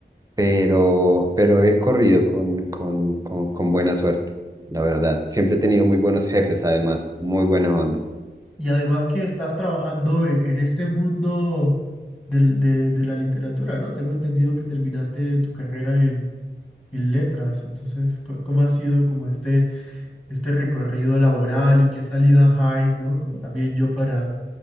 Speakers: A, on the right; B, on the left.
A: pero, pero he corrido con, con, con, con buena suerte, la verdad. Siempre he tenido muy buenos jefes, además, muy buena onda.
B: Y además que estás trabajando en, en este mundo del- de, de la literatura, ¿no? Tengo entendido que terminaste tu carrera en, en letras, entonces, co- ¿cómo ha sido como este, este recorrido laboral y qué salidas hay, ¿no? Como también yo para,